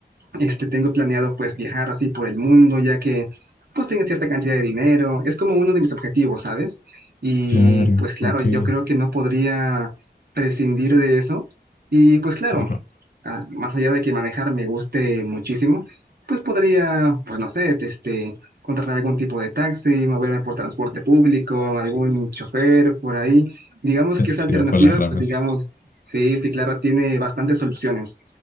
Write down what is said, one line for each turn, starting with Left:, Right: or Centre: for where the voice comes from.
Right: este, tengo planeado pues viajar así por el mundo, ya que pues tengo cierta cantidad de dinero. Es como uno de mis objetivos, ¿sabes? Y
Left: Claro,
Right: pues claro,
Left: ok.
Right: yo creo que no podría prescindir de eso. Y pues claro,
Left: Ajá.
Right: ah, más allá de que manejar me guste muchísimo, pues podría, pues no sé, este, contratar algún tipo de taxi, moverme por transporte público, algún chofer por ahí. Digamos
Left: <laughs>
Right: que esa
Left: Se
Right: alternativa,
Left: va por las ramas.
Right: pues digamos, sí, sí, claro, tiene bastantes soluciones.